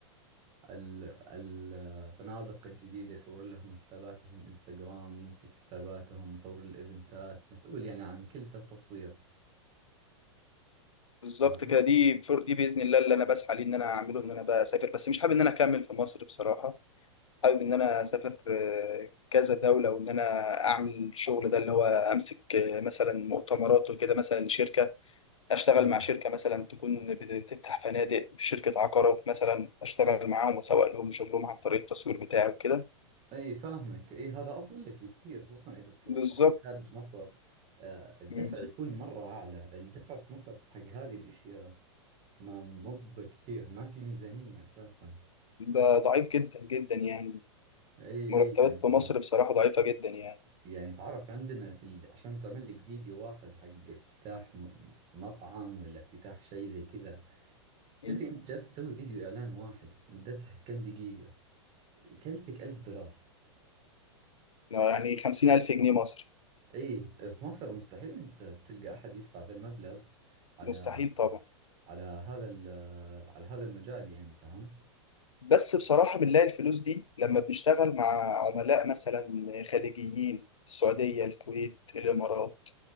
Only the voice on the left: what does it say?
بالظبط
كده دي فور دي بإذن الله اللي أنا بسعى ليه إن أنا أعمله إن أنا بقى أسافر بس مش حابب إن أنا أكمل في مصر بصراحة حابب إن أنا أسافر آه، كذا دولة وإن أنا أعمل الشغل ده اللي هو أمسك آه، مثلا مؤتمرات وكده مثلا لشركة اشتغل
مع شركه مثلا تكون بتفتح فنادق شركه عقارات مثلا اشتغل معاهم واسوق لهم شغلهم عن طريق التصوير بتاعي وكده
بالظبط
مم.
ده ضعيف جدا جدا يعني
مرتبات
في مصر بصراحه ضعيفه جدا يعني
مم.
يعني 50000 ألف جنيه مصري
مستحيل طبعا
بس بصراحه بنلاقي الفلوس دي لما بنشتغل مع عملاء مثلا خليجيين السعوديه الكويت الامارات